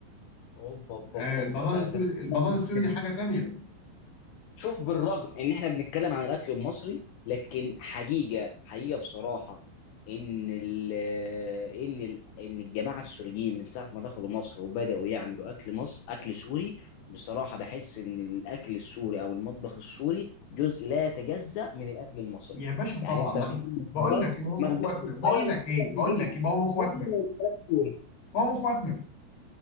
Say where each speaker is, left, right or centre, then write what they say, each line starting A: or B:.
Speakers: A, on the left; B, on the left.
A: اوبا اوبا
B: آه
A: اوبا
B: البطاطس
A: ده
B: السوري
A: ده
B: البطاطس
A: <laughs>
B: السوري دي حاجه تانيه
A: شوف بالرغم ان احنا بنتكلم عن الاكل المصري لكن حقيقه حقيقه بصراحه ان ال ان ال ان الجماعه السوريين من ساعه ما دخلوا مصر وبداوا يعملوا اكل مصر اكل سوري بصراحه بحس ان الاكل السوري او المطبخ السوري جزء لا يتجزأ من الاكل المصري
B: يا باشا طبعا
A: يعني انت
B: ما
A: في
B: احنا
A: ما
B: بقول
A: تقدرش
B: لك ايه ما هم
A: ما
B: اخواتنا
A: تقدرش تتخيل
B: بقول لك
A: إن
B: ايه
A: إحنا
B: بقول
A: بنجيب
B: لك ايه ما هم اخواتنا
A: سوري والفراخ سوري
B: ما هم اخواتنا